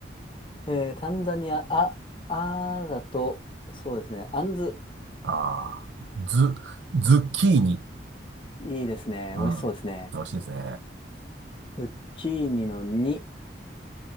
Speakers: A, on the left; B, on the right.
A: えータンザニア、あ、あーだと、そうですね。アンズ。
B: <laughs> あー、<laughs> ズ、ズッキーニ。
A: いいですね。
B: うん。
A: 美味しそうですね。
B: 美味しいですね。
A: ズッキーニのに